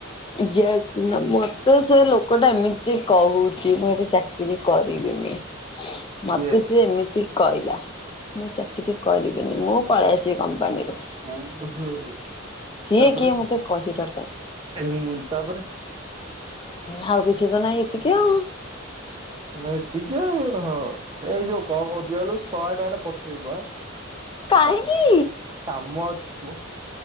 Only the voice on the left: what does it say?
ଜସ୍ ନା ମୋତ୍ ତ ସେ ଲୋକଟା ଏମିତି କହୁଛି। ମୁଁ ହେଠେ ଚାକିରି କରିବିନି। ମତେ
ସି ଏମିତି କଇଲା। ମୁଁ ଚାକିରି କରିବିନି। ମୁଁ ପଳେଇ ଆସିବି କମ୍ପାନୀରୁ।
ସିଏ
କିଏ ମତେ କହିବା ପାଇଁ?
ହାଉ କିଛି ତ ନାଇ ଏତିକି ଆଉ।
କାହିଁକି